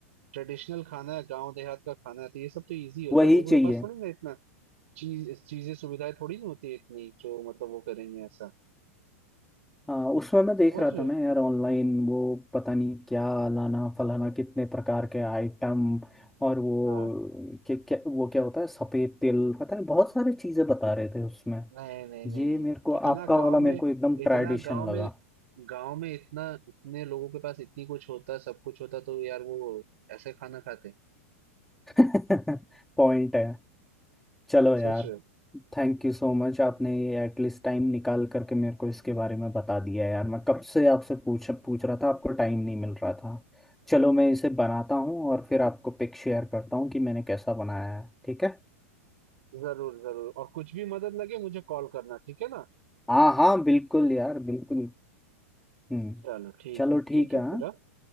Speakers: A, on the right (about 55°); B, in the centre.
A: ट्रेडिशनल खाना है गांव देहात का खाना है तो ये सब तो इजी होता
B: वही
A: है लोगों
B: चाहिए
A: के पास थोड़ी ना इतना चीज चीजें सुविधाएं थोड़ी नहीं होती है इतनी जो मतलब वो करेंगे ऐसा
B: हाँ उसमें मैं देख
A: समझ
B: रहा
A: रहे
B: था
A: हो
B: ना यार ऑनलाइन वो पता नहीं क्या लाना फलाना कितने प्रकार के आइटम और वो
A: हाँ।
B: क्या क्या वो क्या होता है सफ़ेद तिल पता नहीं बहुत सारी चीज़ें बता रहे थे उसमें
A: नहीं नहीं नहीं
B: ये मेरे
A: यार
B: को आपका
A: इतना गांव
B: वाला मेरे
A: में
B: को एकदम ट्रेडिशन
A: इतना गांव
B: लगा
A: में गांव में इतना इतने लोगों के पास इतनी कुछ होता सब कुछ होता तो यार वो ऐसे खाना खाते
B: <laughs> पॉइंट है चलो यार
A: सोच रहे हो?
B: थैंक यू सो मच आपने ये एटलीस्ट टाइम निकाल करके मेरे को इसके बारे में बता दिया यार मैं कब से आपसे पूछ पूछ रहा था आपको टाइम नहीं मिल रहा था चलो मैं इसे बनाता हूँ और फिर आपको पिक शेयर करता हूँ कि मैंने कैसा बनाया है ठीक है
A: जरूर जरूर और कुछ भी मदद लगे मुझे कॉल करना ठीक है ना
B: हाँ हाँ बिल्कुल यार बिल्कुल हम्म
A: चलो ठीक
B: चलो
A: है
B: ठीक
A: ठीक है
B: है हाँ
A: फिर हाँ,